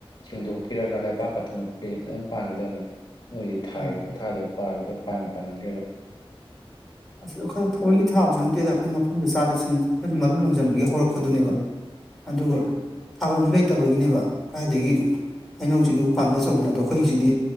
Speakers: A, on the left; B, in the centre.
A: ꯁꯦꯡꯗꯣꯛꯄꯤꯔꯒ ꯂꯩꯄꯥꯛꯥꯛꯀ ꯊꯣꯡꯒꯠꯄꯤꯔꯗꯤ ꯐꯖꯅ ꯄꯥꯟꯒꯗꯕꯅꯤ ꯅꯣꯏꯗꯤ ꯊꯥꯔꯤ
B: ꯎꯝ
A: ꯈꯨꯊꯥꯗꯨ ꯄꯥꯜꯂꯤꯗꯣ ꯄꯥꯟꯕꯨ ꯄꯥꯟꯃꯟꯒ꯭ꯔꯦꯗ
B: ꯑꯁ ꯑꯩꯈꯣꯏꯅ ꯊꯧꯋꯥꯏꯒꯤ ꯊꯥꯕꯁꯨ ꯅꯠꯇꯦꯗ ꯑꯩꯈꯣꯏ ꯃꯐꯝꯗ ꯆꯥꯗꯦ ꯁꯨꯝ ꯑꯩꯈꯣꯏꯅ ꯃꯔꯨ ꯂꯪꯖꯟꯕꯒꯤ ꯍꯧꯔꯛꯄꯗꯨꯅꯦꯕ ꯑꯗꯨꯒ ꯊꯥꯐꯝꯁꯨ ꯂꯩꯇꯕꯒꯤꯅꯦꯕ ꯀꯥꯏꯗꯒꯤ ꯍꯩꯅꯧꯁꯤꯗꯤ ꯎꯄꯥꯝꯕꯤ ꯑꯆꯧꯕꯅꯤ ꯑꯗꯣ ꯑꯩꯈꯣꯏꯁꯤꯗꯤ